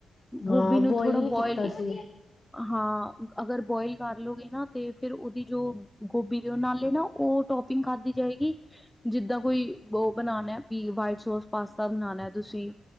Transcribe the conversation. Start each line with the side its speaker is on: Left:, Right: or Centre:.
Left: ਹਾਂ
Centre: ਗੋਭੀ ਨੂੰ ਥੋੜਾ
Left: ਨੀ
Centre: ਬੋਇਲ
Left: ਕੀਤਾ ਸੀ।
Centre: ਹਾਂ ਅਗਰ ਬੋਇਲ ਕਰ ਲਓਗੇ ਤੇ ਫੇਰ ਉਹਦੀ ਜੋ ਗੋਭੀ ਦੇ ਉਹ ਨਾਲੇ ਨਾ ਉਹ ਟੋਪਿੰਗ ਖਾਧਦੀ ਜਾਏਗੀ ਜਿੱਦਾਂ ਕੋਈ ਉਹ ਬਣਾਉਣਾ ਵੀ ਵਾਈਟ ਸੋਸ ਪਾਸਤਾ ਬਣਾਣਾ ਤੁਸੀਂ